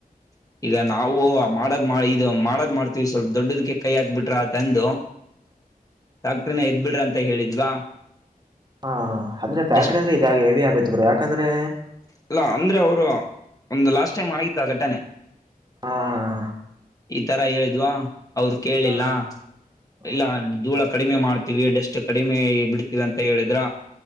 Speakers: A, on the left (about 20°); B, on the right (about 30°).
A: ಈಗ ನಾವು ಮಾಡದ್ ಮಾ ಇದು ಮಾಡೋದ್ ಮಾಡ್ತಿವಿ ಸ್ವಲ್ಪ್ ದೊಡ್ದುದ್ಕೆ ಕೈ ಹಾಕ್ಬಿಟ್ರೆ ಬಿಟ್ರ ಆತ್ ಅಂದು
B: <inaudible>
A: ಫ್ಯಾಕ್ಟರಿನಾ ಎದ್ ಬಿಡ್ರ ಅಂತ ಹೇಳಿದ್ವಾ.
B: ಹಾ ಹಾ ಹಾ ಅಂದ್ರೆ ಫ್ಯಾಕ್ಟ್ರಿ
A: ಡಸ್ಟ್
B: ಅಂದ್ರೆ ಇದ ಹೆವಿ ಆಗತ್ ಬ್ರೋ ಯಾಕಂದ್ರೆ
A: ಅಲ್ಲಾ ಅಂದ್ರೆ ಅವ್ರು ಒಂದು ಲಾಸ್ಟ್ ಟೈಮ್ ಆಗಿತ್ತು ಆ ಘಟನೆ.
B: ಹಾ ಹಾ ಹಾ
A: ಈತರ ಹೇಳಿದ್ವಾ ಅವ್ರು ಕೇಳಲಿಲ್ಲ
B: ಹಾ ಹಾ
A: ಇಲ್ಲ ಧೂಳ ಕಡಿಮೆ ಮಾಡ್ತೀವಿ ಡಸ್ಟ್ ಕಡಿಮೆ ಬಿಡ್ತೀವಿ ಅಂತ ಹೇಳಿದ್ರ.